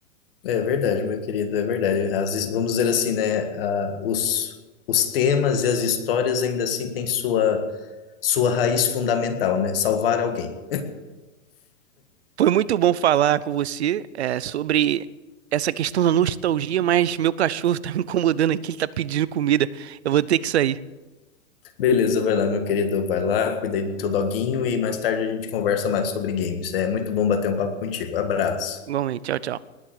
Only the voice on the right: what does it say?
Foi muito bom falar com você, é, sobre essa questão da nostalgia, mas meu cachorro <laughs> tá me incomodando aqui, ele tá pedindo comida. Eu vou ter que sair.
Igualmente, tchau, tchau.